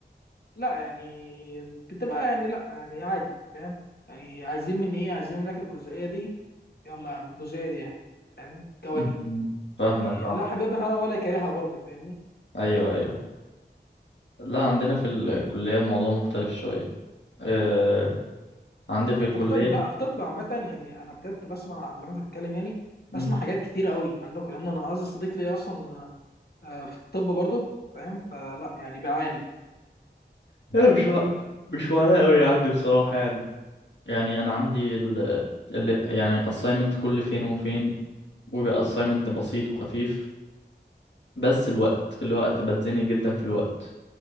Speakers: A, on the left; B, on the left.
A: لا يعني بتبقى يعني لا يعني عادي فاهم يعني عايزين مني إيه عايزين منك الجزئية دي يلا يا عم الجزئية دي يعني فاهمني كواجب
B: <laughs> مم. فاهمك
A: يعني
B: اه
A: لا حاببها ولا كارهها برضو فاهمني
B: ايوه ايوه لا عندنا في الكلية الموضوع مختلف شوية آه عندي في الكلية
A: طب طب لا في طب عامة يعني أنا بجد بسمع قبل ما أنت تتكلم يعني
B: مم.
A: بسمع حاجات كتير قوي عنكم لأن أنا أعز صديق لي أصلا آه، في الطب برضه فاهم فلا يعني بعاني
B: لا مش وق... مش وقلق قوي عندي بصراحة يعني يعني انا عندي ال... ال... يعني assignment كل فين وفين وبيبقى assignment بسيط وخفيف بس الوقت الوقت بتزنق جدا في الوقت